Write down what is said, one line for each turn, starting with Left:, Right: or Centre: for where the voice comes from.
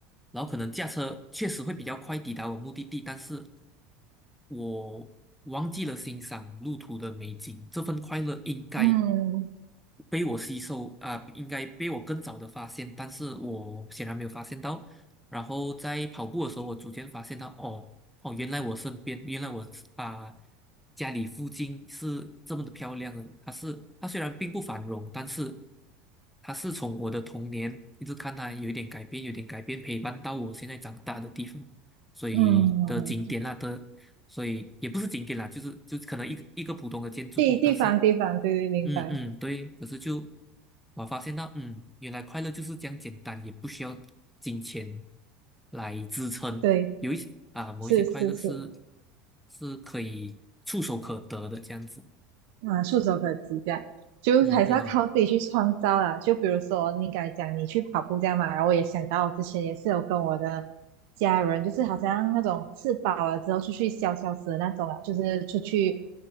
Centre: 然后可能驾车确实会比较快抵达我目的地，但是我忘记了欣赏路途的美景，这份快乐应该
Right: 嗯
Centre: 被我吸收啊、应该被我更早的发现，但是我显然没有发现到。然后在跑步的时候，我逐渐发现到，哦哦，原来我身边，原来我啊、家里附近是这么的漂亮的。它是它虽然并不繁荣，但是它是从我的童年一直看它有一点改变，有点改变，陪伴到我现在长大的地方，所以的景点啦的。
Right: 嗯，
Centre: 所以也不是景点啦，就是就可能一个一个普通的建筑物，
Right: 地地方地方，
Centre: 但是
Right: 对对，明白，
Centre: 嗯嗯，对。可是就我发现到，嗯，原来快乐就是这样简单，也不需要金钱来支撑。
Right: 对，
Centre: 有一些啊，某一些快乐是
Right: 是是是。
Centre: 是可以触手可得的这样子。
Right: 啊，触手可及这样，就还是要靠自己去创造啦。
Centre: 嗯嗯啊，
Right: 就比如说你刚才讲你去跑步这样嘛，然后我也想到我之前也是有跟我的家人，就是好像那种吃饱了之后出去消消食的那种啊，就是出去